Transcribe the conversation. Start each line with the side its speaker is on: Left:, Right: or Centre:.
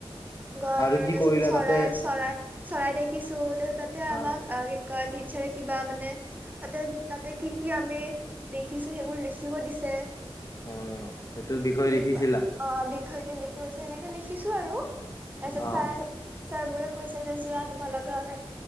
Right: গড়
Left: আৰু কি
Right: তাৰপিছত
Left: কৰিলা
Right: চৰাই
Left: তাতে
Right: চৰাই চৰাই দেখিছো তাৰপিছত তাতে আমাক
Left: আৰু
Right: অ কি কয় টিচাৰে কিবা মানে তাতে তাতে কি কি আমি দেখিছো সেইবোৰ লিখিব দিছে।
Left: অ সেইটো বিষয়ে
Right: সেনেকুৱা
Left: লিখিছিল
Right: অ বিষয়টো লিখি গৈছে সেনেকে লিখিছো আৰু। তাছত
Left: অ
Right: ছাৰ ছাৰবোৰে কৈছে যে যোৱা তোমালগে অলপ